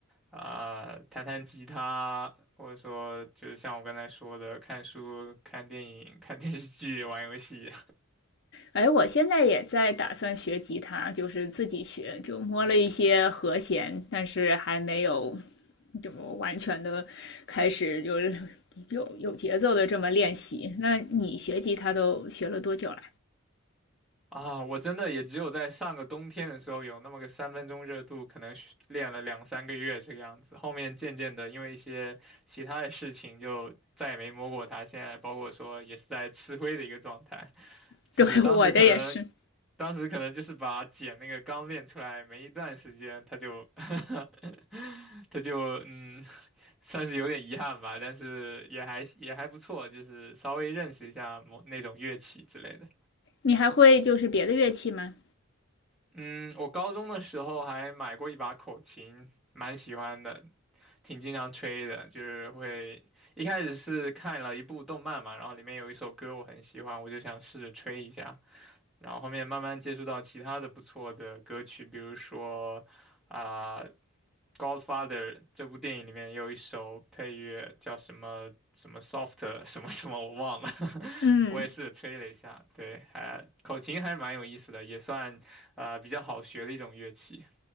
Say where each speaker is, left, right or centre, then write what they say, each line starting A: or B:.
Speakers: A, in the centre; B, on the left.
A: 啊、弹弹吉他，或者说就是像我刚才说的，看书、看电影、看电视剧、玩游戏。
B: 哎，我现在也在打算学吉他，就是自己学，就摸了一些和弦，但是还没有就完全的开始就是有有节奏的这么练习。那你学吉他都学了多久了？
A: 啊，我真的也只有在上个冬天的时候有那么个三分钟热度，可能是练了两三个月这个样子。后面渐渐的，因为一些其他的事情，就再也没摸过它。现在包括说也是在吃灰的一个状态，
B: <laughs>
A: 就是当时可能，
B: 对，我的也是。
A: 当时可能就是把茧那个刚练出来没一段时间，它就，<laughs> 它就嗯，算是有点遗憾吧，但是也还也还不错，就是稍微认识一下某那种乐器之类的。
B: 你还会就是别的乐器吗？
A: 嗯，我高中的时候还买过一把口琴，蛮喜欢的，挺经常吹的。就是会一开始是看了一部动漫嘛，然后里面有一首歌我很喜欢，我就想试着吹一下。然后后面慢慢接触到其他的不错的歌曲，比如说啊，Godfather》这部电影里面有一首配乐叫什么什么 Soft <laughs> 什么什么，我忘了，<laughs>
B: 嗯
A: 我也是吹了一下，对，还口琴还是蛮有意思的，也算啊比较好学的一种乐器。